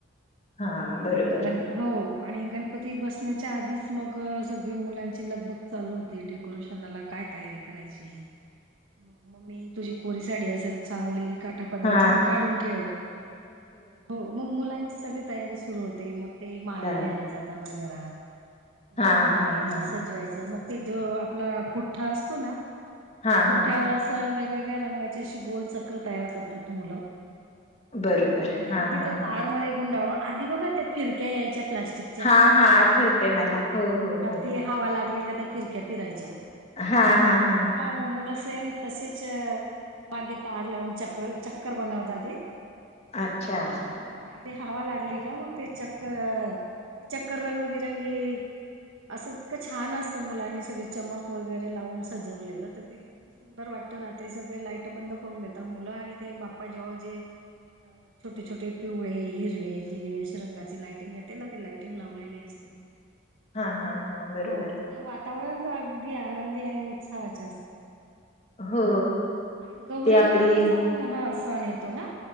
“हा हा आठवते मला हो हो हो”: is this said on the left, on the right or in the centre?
Left